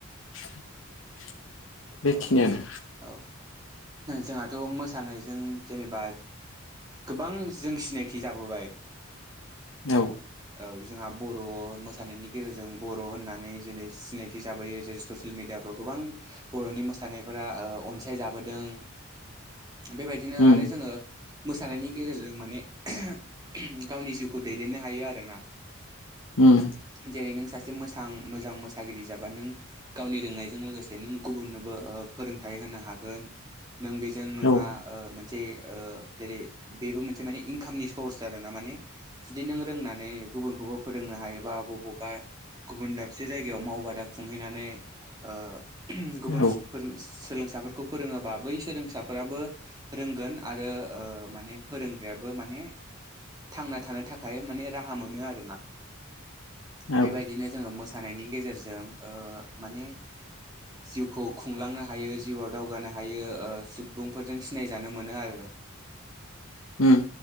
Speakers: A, on the left; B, on the right.
A: <inaudible> बेखिनियानो
B: औ औ। जोंहाथ' मोसानायजों जेनेबा गोबां जों सिनाय थि जाबोबाय
A: औ।
B: औ जोंहा बर' मोसानायनि गेजेरजों बर' होननानै जेरै सिनायथि जाबोयो जेरै ससियेल मेडियाफ्राव गोबां बर'नि मोसानायफोरा ओ अनसायजाबोदों। बेबायदिनो
A: उम
B: आरो जोङो मोसानायनि गेजेरजों माने <unintelligible> गावनि जिउखौ दैदेननो हायो आरो। <unintelligible>
A: उम
B: जेरै नों सासे मोजां मोजां मोसागिरि जाबा नों गावनि रोंनायजों लोगोसे नों गुबुननोबो फोरोंथाइ होनो हागोन नों बेजों नोंहा
A: औ
B: ओ जे ओ जेरै बेबो मोनसे मानि इनकामनि सर्स आरोना माने जुदि नों रोंनानै गुबुनखौबो फोरोंनो हायोबा बबावबा गुबुन दाबसे जायगायाव मावबादा खुंहैनानै ओ गुबुन
A: औ
B: गुबुन सोलोंसाफोरखौ फोरोङोबा बै सोलोंसाफोराबो रोंगोन आरो ओ माने फोरोंग्रायाबो माने थांना थानो थाखाय माने राहा मोनो आरो ना
A: औ
B: बेबायदिनो जोङो मोसा मोसानायनि गेजेरजों ओ माने जिउखौ खुंलांनो हायो जिउआव दावगानो हायो ओ सुबुंफोरजों सिनायजानो मोनो आरो औ
A: उम